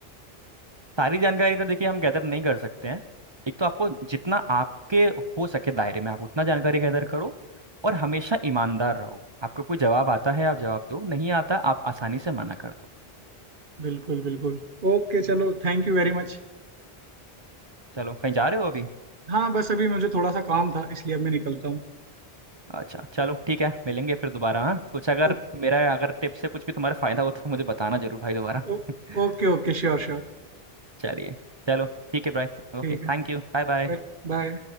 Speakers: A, on the right; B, on the right.
A: सारी जानकारी तो देखिए हम गैदर नहीं कर सकते हैं एक तो आपको जितना आपके हो सके दायरे में आप उतना जानकारी गैदर करो और हमेशा ईमानदार रहो आपको कोई जवाब आता है आप जवाब दो नहीं आता आप आसानी से मना कर दो
B: बिल्कुल बिल्कुल ओके चलो थैंक यू वेरी मच
A: चलो कहीं जा रहे हो अभी
B: हाँ बस अभी मुझे थोड़ा सा काम था इसलिए अब मैं निकलता हूँ
A: अच्छा चलो ठीक है मिलेंगे फिर दोबारा हाँ कुछ अगर
B: ओ,
A: मेरा अगर टिप से कुछ भी तुम्हारा फायदा हो तो मुझे बताना जरूर भाई दोबारा
B: ओ,
A: <laughs>
B: ओके ओके श्योर श्योर
A: चलिए चलो ठीक है भाई Okay
B: ठीक
A: thank you bye bye
B: है बाय